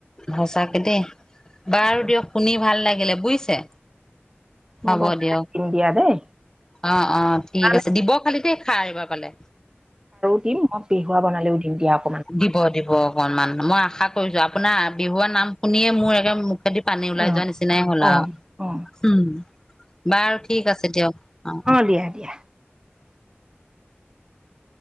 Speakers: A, on the left; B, on the right.
A: সঁচাকে দেই বাৰু
B: তাকে
A: দিয়ক শুনি ভাল লাগিলে বুজিছে।
B: মই
A: হ'ব
B: বনাই
A: দিয়ক
B: দিম দিয়া দেই।
A: অ অ ঠিক
B: বনালে
A: আছে দিব খালি দে খাই এইবাৰ পালে।
B: দি মই পিহুৱাব বনালেও দিম দিয়ক
A: দিব দিব অকনমান মই আশা কৰিছো আপোনাৰ বিহুৱাৰ নাম শুনিয়ে মোৰ এডমে দি পানী
B: অ',
A: ওলাই যোৱা নিচিনাই হ'ল
B: অ',
A: আৰু।
B: অ',
A: উম বাৰু ঠিক আছে দিয়ক অ অ
B: দিয়া দিয়া।
A: <inaudible>